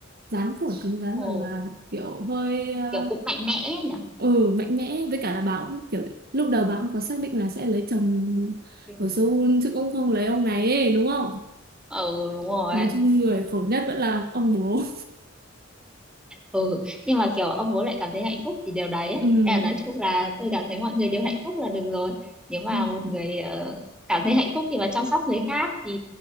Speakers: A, on the right; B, in the centre.
A: rắn không phải cứng rắn
B: ồ
A: mà là kiểu hơi ờ,
B: kiểu cũng mạnh mẽ nhỉ
A: ừ mạnh mẽ với cả là bà cũng kiểu lúc đầu bà cũng có xác định là sẽ lấy chồng
B: ừ,
A: ở Seoul chứ cũng không lấy ông này ấy, đúng không
B: ừ đúng rồi
A: nói chung người khổ nhất vẫn là ông bố
B: ừ nhưng mà kiểu ông bố lại cảm thấy hạnh phúc thì điều đấy ấy.
A: <laughs> ừ.
B: Thế là nói chung là tôi cảm thấy mọi người đều hạnh phúc là được rồi nếu mà
A: Ừ.
B: một người ờ, cảm thấy hạnh phúc khi mà chăm sóc người khác thì